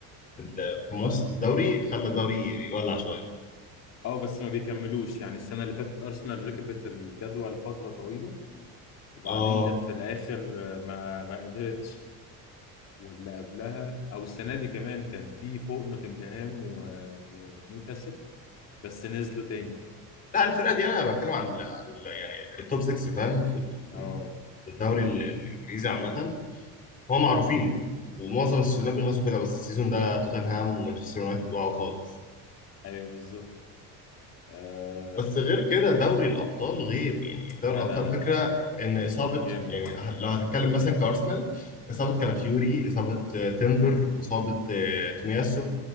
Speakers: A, on the left; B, on the left.
A: في ال- في منافسه الدوري خلى الدوري يولع شويه
B: اه بس ما بيكملوش يعني السنة اللي فاتت أرسنال ركبت الجدول فترة طويلة وبعدين
A: اه
B: جت في الآخر آه، ما ما قدرتش واللي قبلها أو السنة دي كمان كان في فوق نوتنجهام و... ونيوكاسل بس نزلوا تاني
A: لا الفرقه دي انا بتكلم عن ال- عن ال- يعني التوب 6 فاهم في ال- في
B: اه
A: ال- في الدوري ال- الانجليزي عامه هو معروفين ومعظم السيزونات بيخلصوا كده بس السيزون ده توتنهام ومانشستر يونايتد وقعوا خالص
B: أيوه بالظبط آه
A: بس غير كده دوري الابطال غير يعني دوري
B: لا
A: الابطال
B: لا لا
A: فكره
B: لا،
A: ان اصابه
B: جامد
A: يعني ه- لو هتتكلم مثلا كارسنال اصابه كالافيوري اصابه آه، تيمبر اصابه آه، تومياسو